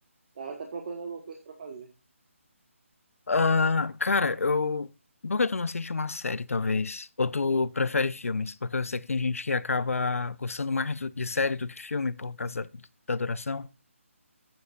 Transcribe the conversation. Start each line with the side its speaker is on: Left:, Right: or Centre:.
Right: Tava até procurando alguma coisa pra fazer.
Left: Ah, cara, eu. Por que tu não assiste uma série, talvez? Ou tu prefere filmes? Porque eu sei que tem gente que acaba gostando mais do- de série do que filme por causa da, da duração.